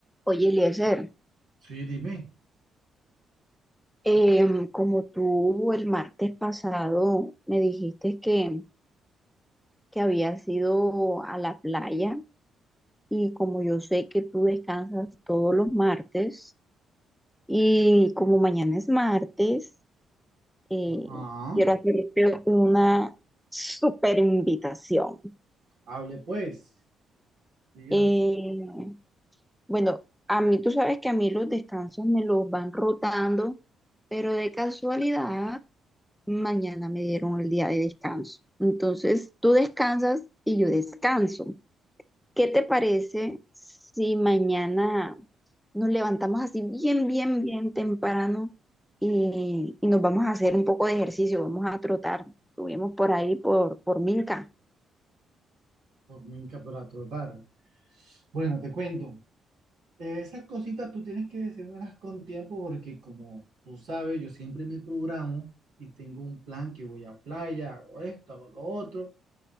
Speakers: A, in the centre; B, on the right.
A: Oye, Eliezer,
B: Sí, dime.
A: em, como tú el martes pasado me dijiste que, que habías ido a la playa y como yo sé que tú descansas todos los martes y como mañana es martes, eh,
B: Ajá.
A: quiero hacerte una super invitación.
B: Hable pues. Dígale
A: Eh, bueno, a mí tú sabes que a mí los descansos me los van rotando, pero de casualidad mañana me dieron el día de descanso. Entonces, tú descansas y yo descanso. ¿Qué te parece si mañana nos levantamos así bien, bien, bien temprano y, y nos vamos a hacer un poco de ejercicio? Vamos a trotar. Subimos por ahí por, por Milka.
B: por minca para trotar. Bueno, te cuento. Eh, Esas cositas tú tienes que decírmelas con tiempo porque como tú sabes, yo siempre me programo y tengo un plan que voy a playa, hago esto, hago lo otro.